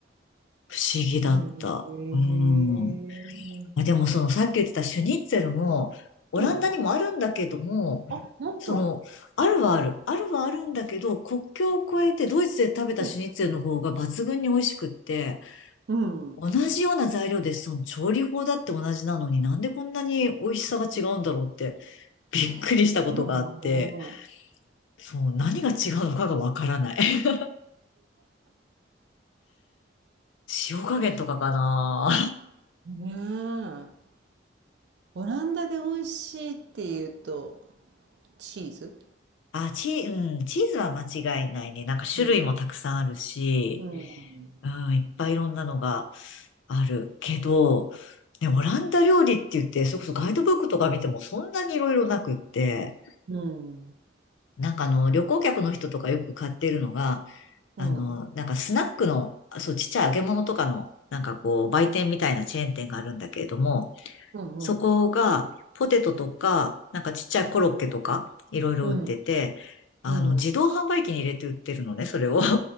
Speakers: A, on the left; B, on the right.
A: 不思議だった。
B: うん。へえ。
A: うん。まあ、でもそのさっき言ってたシュニッツェルも、
B: うん。
A: オランダにもあるんだけども、
B: うん。あ、ほん
A: その、あるはある。あるはあるんだけど、国境を越えてドイツで食べたシュニッツェルの方が抜群に美味しくって、
B: うん。うん。
A: 同じような材料で、その調理法だって同じなのになんでこんなに美味しさが違うんだろうって、びっくりしたことがあって、
B: そ
A: そう、何が違うのかがわからない。<laughs> 塩加減とかかな。
B: うね。ねえ。オランダで美味しいっていうと、チーズ
A: あ、チー、うん、チーズは間違いないね。なんか種類もたくさんあるし、
B: うん。うん。
A: うん、いっぱいいろんなのがあるけど、ね、オランダ料理って言って、それこそガイドブックとか見てもそんなにいろいろなくって、
B: うん。
A: なんかあの、旅行客の人とかよく買ってるのが、
B: うん。
A: あの、なんかスナックの、あそう、ちっちゃい揚げ物とかの、なんかこう、売店みたいなチェーン店があるんだけれども、
B: うん。
A: そこが、ポテトとか、なんかちっちゃいコロッケとか、いろいろ売ってて、
B: うん。
A: あの、
B: うん。
A: 自動販売機に入れて売ってるのね、それを。